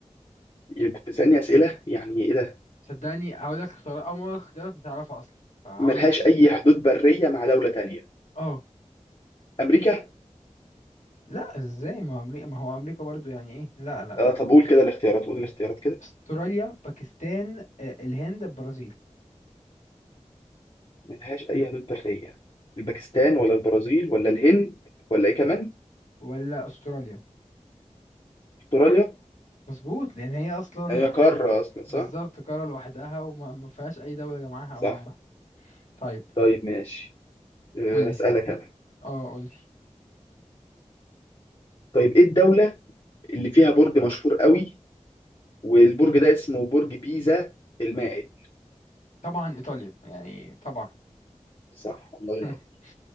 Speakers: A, on the left (about 45°); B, on the left (about 90°).
A: يبقى بتسألني أسئلة يعني إيه ده
B: صدقني هقول لك اختيارات أو ما اختيارات هتعرفها أصلا فهقول
A: ملهاش
B: لك لا
A: أي حدود برية مع دولة تانية
B: اه
A: أمريكا
B: لا ازاي ما هو أمريكا ما هو أمريكا برضو يعني ايه لا لا
A: آه طب قول كده الاختيارات قول الاختيارات كده
B: استراليا باكستان آه، الهند البرازيل
A: ملهاش أي حدود برية الباكستان ولا البرازيل ولا الهند ولا إيه كمان
B: ولا استراليا
A: أستراليا
B: مظبوط لأن هي أصلا
A: هي قارة أصلا صح
B: بالظبط قارة لوحدها وما ما فيهاش أي دولة جنبها
A: صح
B: أو جنبها طيب
A: طيب ماشي أه
B: قولي
A: هسألك أنا
B: اه قولي
A: طيب إيه الدولة اللي فيها برج مشهور قوي والبرج ده اسمه برج بيزا المائل
B: طبعا إيطاليا يعني طبعا
A: صح الله ينور
B: <laughs>